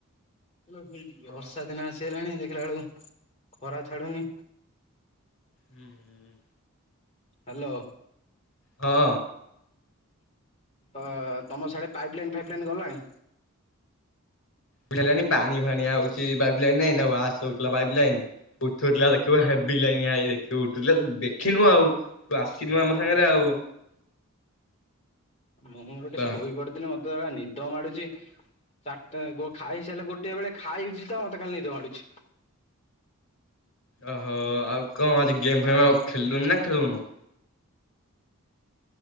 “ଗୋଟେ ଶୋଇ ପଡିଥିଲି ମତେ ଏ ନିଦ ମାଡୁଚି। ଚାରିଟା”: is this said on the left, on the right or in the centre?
Left